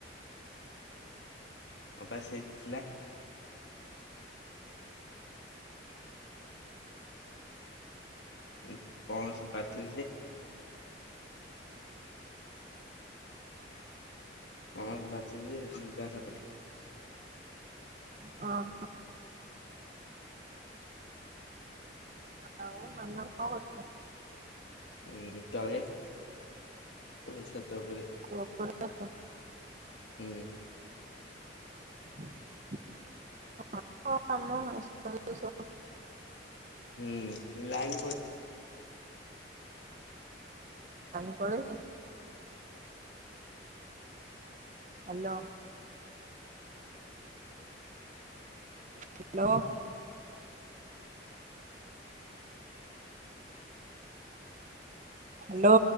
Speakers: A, on the left (about 75°); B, on the right (about 40°).
A: ହଁ ବା ସେଇଠି ଥିଲା। ଉଁ ପଣସ ପାରୁଥିଲି ଯେ। ପଣସ ପାରୁଥିଲି ଯେ ଡୁଙ୍ଗା ସାପ ଟେ।
B: ଅ ଆଉ ମାମା କଣ କରୁଚି?
A: ଉଁ ତଳେ ମୁଁ ଛାତ ଉପରେ।
B: ତୁ ଉପରେ ଅଛୁ?
A: ହୁଁ
B: ହଁ <unintelligible>
A: ହୁଁ ଲାଇନ
B: ଲାଇନ୍ ପଳେଇଛି। ହାଲୋ। ହାଲୋ। ହାଲୋ।